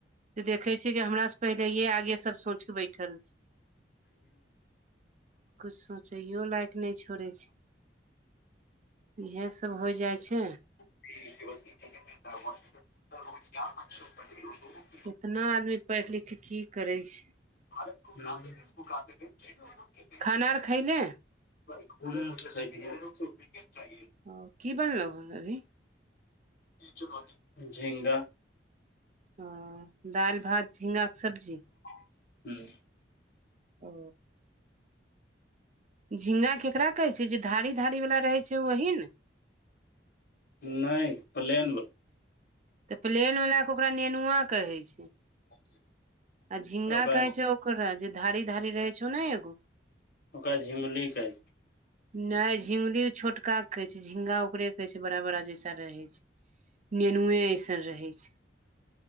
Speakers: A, on the right; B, on the left.
A: देखे छियै कि हमरा से पहिलेे आगे सब सोच कऽ बैठल छै <inaudible> किछ सोचैयो लायक नै छोड़ै छै इहै सब हो जाइ छै
B: <unintelligible>
A: कितना आदमी पढ़ि लिख कऽ की करै छै
B: <unintelligible>
A: खाना आर खैले
B: <unintelligible>
A: ओ कि बनलौ अभी
B: <unintelligible> झिंगा
A: ओ दाइल भात झिंगाक केँ सब्जी
B: <unintelligible>
A: ओ झिंगा केकरा कहै छै जे धारी धारी वला रहै छै ओ वही न
B: नै प्लेन बला
A: तऽ प्लेन वला कऽ ओकरा नेनुआ कहै छै
B: <unintelligible>
A: आ झिंगा
B: ओकरा
A: कहै छै ओकर जे धारी धारी रहै छै ओ न एगो
B: ओकरा झिंगुली
A: <inaudible>
B: कहै छै
A: नै झिगुरी छोटका कहै छै झिंगा ओकरे कहै छै बड़ा बड़ा जैसा रहै छै नेनुए ऐसन रहै छै